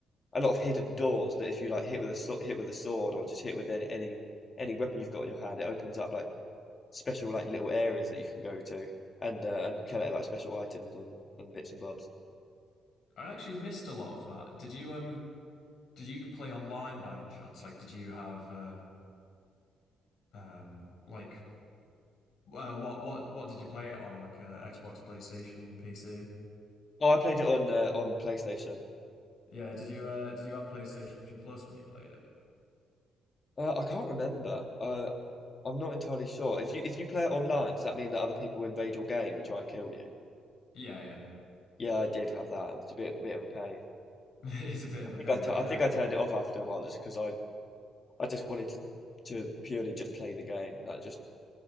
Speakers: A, on the left; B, on the left.
A: a lot of hidden doors that if you like hit with a sw- hit with a sword or just hit with any any any weapon you've got in your hand it opens up like special like little areas that you can go to and uh, and collect like special items and, and bits and bobs.
B: I actually missed a lot of that. Did you um did you play online by any chance? Like, did you have uh um like uh, what what what did you play it on? Like uh, Xbox, PlayStation, PC?
A: Oh, I played it on uh, on PlayStation.
B: Yeah, did you uh did you have PlayStation Plus when you played it?
A: Uh, I can't remember. Uh, I'm not entirely sure. If you if you play it online, does that mean that other people invade your game and try and kill you?
B: Yeah, yeah.
A: Yeah, I did have that. It was a bit bit of a pain.
B: <laughs> It's a bit
A: I
B: of a
A: think
B: pain,
A: I, t
B: but
A: I
B: yeah.
A: think I turned it off after a while just because I I just wanted to to purely just play the game, like just